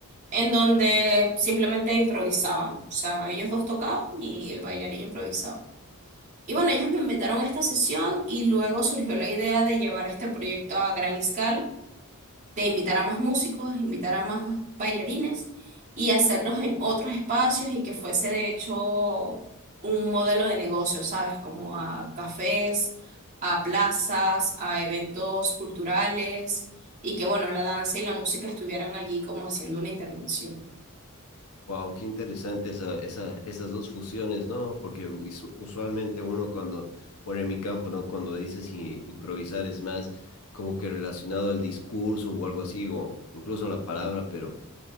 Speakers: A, on the right; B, on the left.
A: en donde simplemente improvisaban. O sea, ellos dos tocaban y el bailarín improvisaba. Y bueno, ellos me invitaron a esta sesión y luego surgió la idea de llevar este proyecto a gran escala de invitar a más músicos, invitar a más bailarines y hacerlos en otros espacios y que fuese de hecho un modelo de negocio, ¿sabes? Como a cafés, a plazas, a eventos culturales y que bueno, la danza y la música estuvieran allí como haciendo una intervención.
B: Wow, qué interesante esa, esa, esas dos fusiones, ¿no? Porque usu- usualmente uno cuando, bueno, en mi campo, ¿no? Cuando dices i- improvisar es más como que relacionado al discurso o algo así, o incluso a la palabra, pero